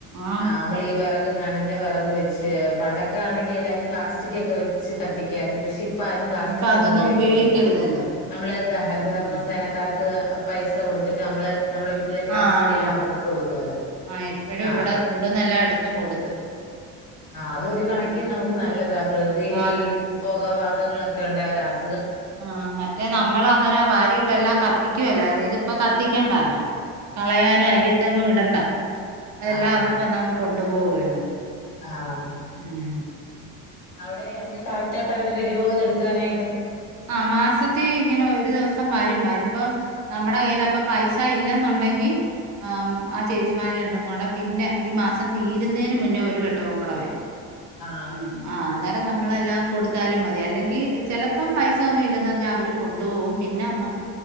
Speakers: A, on the right (about 45°); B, on the left (about 55°).
A: ആന്ന്.
B: ആ അമ്മളീ വെറ ക് നനഞ്ഞ വെറക് വെച്ച് പണ്ടൊക്കെ ആണെങ്കി എല്ലാരും പ്ലാസ്റ്റിക് ഒക്കെ വെച്ച് കത്തിക്കാരുന്നു പക്ഷെ ഇ പ്പ ആരും പ്ലാസ്റ്റിക്
A: ഇപ്പൊ അതൊന്നും
B: ഒന്നും ഉപയോക്കത്തില്ല
A: ഉപയോഗിക്കരുതല്ലോ.
B: നമ്മള് ക്കെ ഹരിതകർമ്മ
A: ഉം.
B: സേനക്കാർക്ക് പൈസ കൊട് ത്തിട്ട് അമ്മള് നമ്മ്ളെ വീട്ടിലെ പ്ലാസ്റ്റിക്
A: ആ
B: എല്ലാം
A: ആ.
B: അവർക്ക് കൊടുക്കുവല്ലൊ
A: ആ ഇപ്പഴും
B: ആ
A: ഇവിടെ ഇവിടുന്നെല്ലാം എടുത്ത് കൊടുത്ത്.
B: അതൊരു
A: ഉം.
B: കണക്കിൻ നമുക്ക് നല്ലതാ പ്രകൃതിൽ
A: ആന്ന്.
B: ഈ പൊക വാ തങ്ങളൊക്കെ ഒണ്ടേ ഒരാസ്
A: ആ മറ്റേ നമ്മള അങ്ങനെ വാരീട്ടെല്ലാം കത്തിക്കുവല്ലാര് ഇതിപ്പ കത്തി ക്കണ്ടാലോ കളയാനും
B: ആഹ് അതാ
A: അയ്യത്തെങ്ങും ഇടണ്ട അതെല്ലാം
B: ആഹ്
A: അവരും വന്നങ്ങ് കൊൺ ട്ട് പോകുവല്ലേ
B: ആഹ്
A: ഉം
B: അവിടെ ഒന്ന് കറക്റ്റായിട്ട് അവര് വരുവോ ഇത് എടുക്കാനായിട്ട്
A: ആ മാസത്തി ഇങ്ങനെ ഒരു ദിവസം വരും വരുമ്പം നമ്മുടെ കയ്യിലപ്പം പൈസ ഇല്ലെന്നൊണ്ടെങ്കി ആ ആ ചേച്ചിമാര് രണ്ടും കൂടെ പിന്നെ ഈ മാസം തീരുന്നേന് മുന്നേ ഒരു വട്ടോ. കൂടെ വരും
B: ആഹ്
A: ഉം ആ ന്നേ നമ്മളെല്ലാം കൊടുത്താലും മതി അല്ലെങ്കി ചെല പ്പം പൈസ ഒന്നും ഇല്ലന്ന് പർഞ്ഞാ അവര് കൊണ്ടുപോവും പിന്നെ അമ്മക്ക്